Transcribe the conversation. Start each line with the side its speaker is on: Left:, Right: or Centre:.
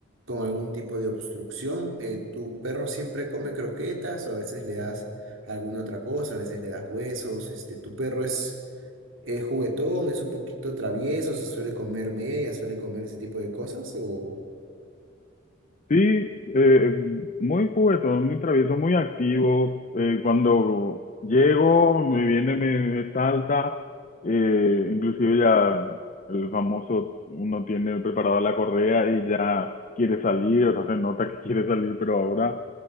Right: con algún tipo de obstrucción. Eh, tu perro siempre come croquetas o a veces le das alguna otra cosa, a veces le das huesos. Este, tu perro es eh, juguetón, es un poquito travieso, se suele comer media, suele comer ese tipo de cosas o...
Left: Sí, eh, muy juguetón, muy travieso, muy activo. Eh, cuando llego, me viene, me, me salta. Eh, inclusive ya el famoso, uno tiene preparada la correa y ya quiere salir, o sea, se nota que quiere salir, pero ahora